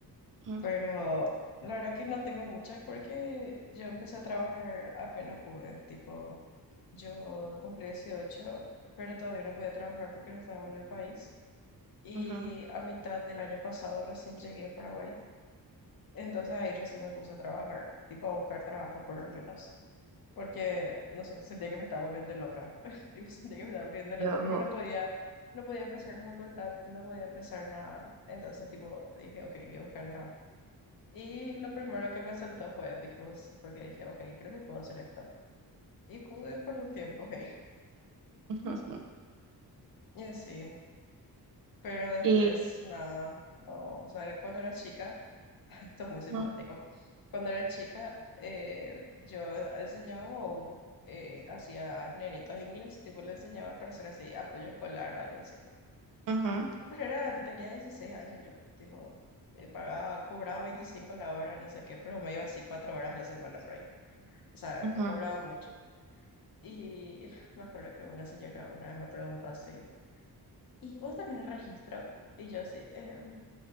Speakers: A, on the right; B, on the left.
A: Ujú,
B: Pero la verdad que no tengo muchas porque yo empecé a trabajar apenas pude, tipo, yo cumplí 18, pero todavía no podía trabajar porque no estaba en el país. y
A: ujú.
B: a mitad del año pasado recién llegué a Paraguay. Entonces ahí recién me puse a trabajar, tipo a buscar trabajo por lo menos, porque, no sé, sentía que me estaba volviendo loca, <laughs> tipo sentía que me estaba volviendo loca
A: Yo, ujú,
B: porque no podía, no podía empezar la facultad, no podía empezar nada. Entonces, tipo, dije, ok, voy a buscar trabajo. Y lo primero que me saltó fue Epicus, porque dije, ok, creo que puedo hacer esto. Y pude por un tiempo, ok.
A: ujú, ujú. <laughs>
B: Y así, pero después,
A: Y
B: nada, no, o sea, cuando era chica... Esto es muy simpático.
A: ujú,
B: Cuando era chica, eh, yo enseñaba o eh, hacía nenitos inglés, tipo le enseñaba para hacer así apoyo escolar o algo así.
A: ujú,
B: Y Pero era, tenía 16 años yo, tipo, eh, pagaba, cobraba 25 la hora, no sé qué, pero me iba así cuatro horas a la semana por ahí. O sea,
A: ujú.
B: no cobraba mucho. Y <laughs> me acuerdo que una señora una vez me preguntó así, ¿y vos tenés registro? Y yo así, "Em,